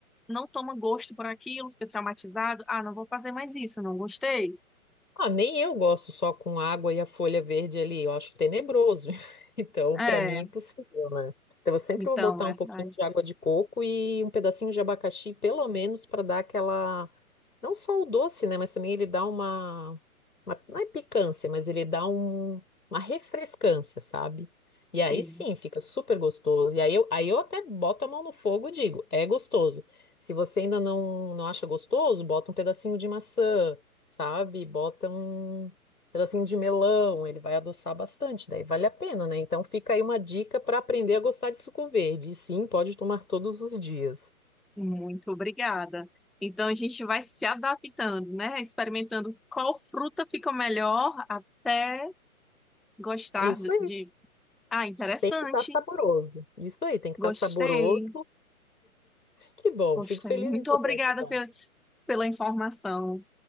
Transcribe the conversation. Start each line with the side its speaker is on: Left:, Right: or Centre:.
Centre: não toma gosto por aquilo, fica traumatizado. Ah, não vou fazer mais isso, não gostei.
Left: Ah, nem eu gosto só com água e a folha verde ali, eu acho tenebroso. <laughs> Então,
Centre: É,
Left: para mim, é impossível, né? Então, eu sempre
Centre: então,
Left: vou botar
Centre: é
Left: um pouquinho
Centre: verdade.
Left: de água de coco e um pedacinho de abacaxi, pelo menos, para dar aquela. Não só o doce, né? Mas também ele dá uma... uma. Não é picância, mas ele dá um... uma refrescância, sabe? E aí
Centre: Sim.
Left: sim, fica super gostoso. E aí eu, aí eu até boto a mão no fogo e digo: é gostoso. Se você ainda não, não acha gostoso, bota um pedacinho de maçã sabe? Bota um pedacinho de melão, ele vai adoçar bastante, daí vale a pena, né? Então fica aí uma dica para aprender a gostar de suco verde. E sim, pode tomar todos os dias.
Centre: Muito obrigada. Então a gente vai se adaptando, né? Experimentando qual fruta fica melhor até gostar
Left: Isso
Centre: de.
Left: aí,
Centre: de- Ah, interessante.
Left: tem que estar saboroso. Isso aí, tem que
Centre: Gostei.
Left: estar saboroso. Que bom,
Centre: Gostei.
Left: fico feliz
Centre: Muito
Left: em poder
Centre: obrigada
Left: ajudar.
Centre: pela, pela informação.